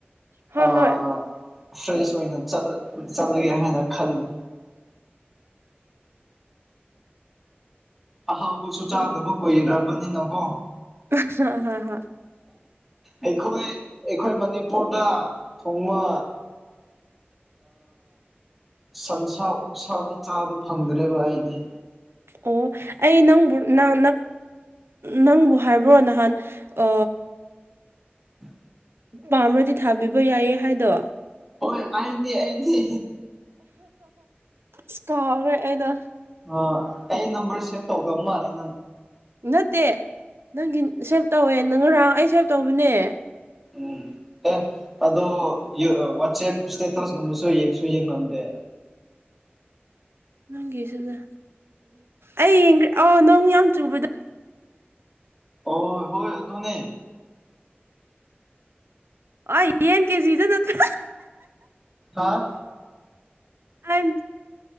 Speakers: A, on the right (about 75°); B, in the centre.
A: ꯍꯣꯏ
B: ꯑꯥ
A: ꯍꯣꯏ
B: ꯐ꯭ꯔꯦꯁ ꯑꯣꯏꯅ ꯆꯠꯂꯒꯦ ꯍꯥꯏꯅ ꯈꯜꯂꯤ ꯑꯍꯥꯎꯕꯁꯨ ꯆꯥꯗꯕ ꯀꯨꯏꯈ꯭ꯔꯕꯅꯤꯅ ꯀꯣ
A: ꯍ ꯍ ꯍ
B: ꯑꯩꯈꯣꯏ ꯑꯩꯈꯣꯏ ꯃꯅꯤꯄꯨꯔꯗ ꯊꯣꯡꯃ ꯁꯟꯁꯥ ꯑꯣꯛꯁꯥꯗ ꯆꯥꯕ ꯐꯪꯗ꯭ꯔꯦꯕ ꯑꯩꯗꯤ
A: ꯑꯣ ꯑꯩ ꯅꯪꯕꯨꯪ ꯅꯪ ꯅꯪꯕꯨ ꯍꯥꯏꯕ꯭ꯔꯣ ꯅꯍꯥꯟ ꯑ
B: ꯎꯝ
A: ꯄꯥꯝ꯭ꯔꯗꯤ ꯊꯥꯕꯤꯕ ꯌꯥꯏꯌꯦ ꯍꯥꯏꯗꯣ
B: ꯍꯣꯏ ꯑꯩꯅꯤ ꯑꯩꯅꯦ
A: ꯁ ꯀꯥꯎꯦ ꯑꯅ
B: ꯑ ꯑꯩ ꯅꯝꯕꯔ ꯁꯦꯚ ꯇꯧꯗꯕ ꯃꯥꯜꯂꯦ ꯅꯪ
A: ꯅꯠꯇꯦ ꯅꯪꯒꯤ ꯁꯦꯚ ꯇꯧꯋꯦ ꯅꯪ ꯉꯔꯥꯡ ꯑꯩ ꯁꯦꯚ ꯇꯧꯕꯅꯦ
B: ꯎꯝ ꯑꯦ ꯑꯗꯣ ꯋꯥꯆꯦꯞ ꯏꯁꯇꯦꯇꯁꯒꯨꯝꯕꯁꯨ ꯌꯦꯡꯁꯨ ꯌꯦꯡꯉꯝꯗꯦ <unintelligible>
A: ꯅꯪꯒꯤꯁꯤꯗ ꯑꯩ ꯌꯦꯡꯈ꯭ꯔꯦ ꯑꯣ ꯅꯣꯡ ꯌꯥꯝ ꯆꯨꯕꯗ
B: ꯑꯣ ꯍ ꯣꯅꯦ
A: ꯑ ꯌꯦꯟ ꯀꯦꯖꯤ ꯏ ꯅꯠꯇ
B: ꯑꯥ
A: ꯑꯦ